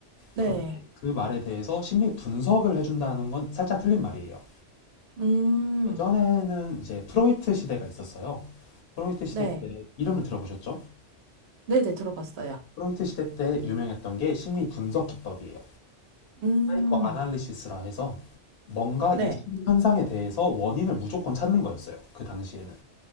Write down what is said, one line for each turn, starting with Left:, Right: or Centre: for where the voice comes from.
Right: 네.
Left: 그런데 그 말에 대해서 심리 분석을 해준다는 건 살짝 틀린 말이에요.
Right: 음,
Left: 예전에는 이제 프로이트 시대가 있었어요. 프로이트 시대
Right: 네.
Left: 때 이름을 들어보셨죠?
Right: 네네, 들어봤어요.
Left: 프로이트 시대 때 유명했던 게 심리 분석 기법이에요.
Right: 음,
Left: 그 아날리시스라 해서 뭔가
Right: 네.
Left: 이 심리 현상에 대해서 원인을 무조건 찾는 거였어요. 그 당시에는.